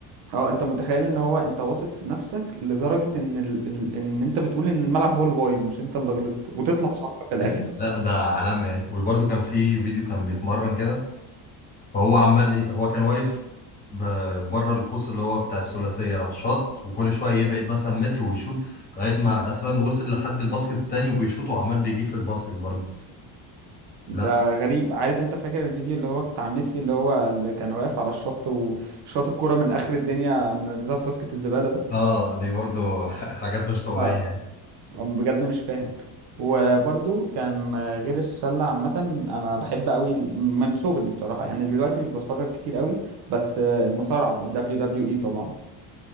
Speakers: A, on the right; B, on the left.
A: اه انت متخيل ان هو انت واثق في نفسك لدرجة ان ال... ال... ان انت بتقول ان الملعب هو اللي بايظ مش انت اللي غلطت وتطلع صح في الاخر
B: <laughs> لا ده عالمي يعني وبرده كان في فيديو كان بيتمرن كده فهو عمال إيه هو كان واقف ب- بره القوس اللي هو بتاع الثلاثية راح شاط وكل شوية يبعد مثلا متر ويشوط لغاية ما أساسا وصل لحد الباسكت التاني وبيشوط وعمال بيجيب في الباسكت برضه
A: ده
B: لا
A: غريب عارف انت فاكر الفيديو اللي هو بتاع ميسي اللي هو اللي كان واقف على الشط وشاط الكرة من اخر الدنيا منزلها في باسكت الزبالة ده
B: اه دي برضو <laughs> حاجات مش طبيعية
A: آه.
B: يعني
A: بجد مش فاهم وبرضو كان غير السلة عامة أنا بحب أوي ال- من صغري بصراحة يعني دلوقتي مش بتفرج كتير أوي بس المصارعة ال WWE طبعا